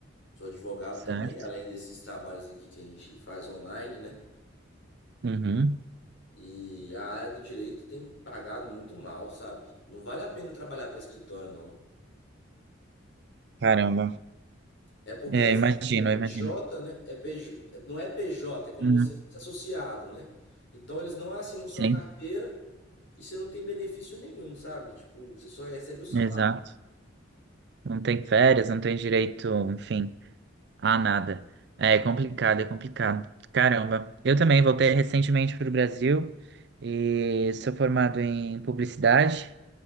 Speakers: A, on the left (about 70°); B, on the right (about 55°).
A: Sou advogado
B: Certo.
A: também, além desses trabalhos aqui que a gente faz online, né?
B: Uhum.
A: E a área do direito tem pagado muito mal, sabe? Não vale a pena trabalhar para escritório, não.
B: Caramba.
A: É porque
B: É,
A: assim,
B: imagino,
A: é PJ,
B: eu imagino.
A: né? É PJ, não é PJ, é como
B: Uhum.
A: você fosse associado, né? Então eles não assinam
B: Sim,
A: sua carteira e você não tem benefício nenhum, sabe? Tipo, você só recebe o salário.
B: exato. Não tem férias, não tem direito, enfim, a nada. É complicado, é complicado. Caramba. Eu também voltei recentemente para o Brasil e sou formado em publicidade.